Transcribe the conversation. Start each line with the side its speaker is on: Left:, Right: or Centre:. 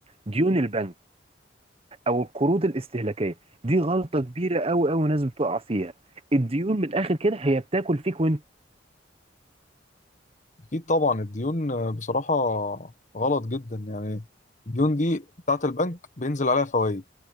Right: ديون البنك او القروض الاستهلاكيه دي غلطه كبيره قوي قوي ناس بتقع فيها الديون من الاخر كده هي بتاكل فيك وانت
Left: اكيد طبعا الديون آه، بصراحه غلط جدا يعني الديون دي بتاعت البنك بينزل عليها فوائد